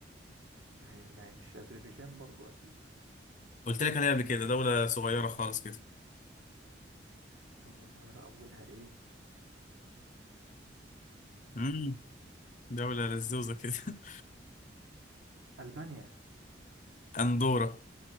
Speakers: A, on the right (about 85°); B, on the left (about 40°).
A: ما هي ما هي مش اذربيجان برضو اكيد
B: قلت لك عليها قبل كده دولة صغيرة خالص كده
A: دولة صغيرة اولها ايه
B: امم دولة لزوزة كده <laughs>
A: البانيا
B: اندورا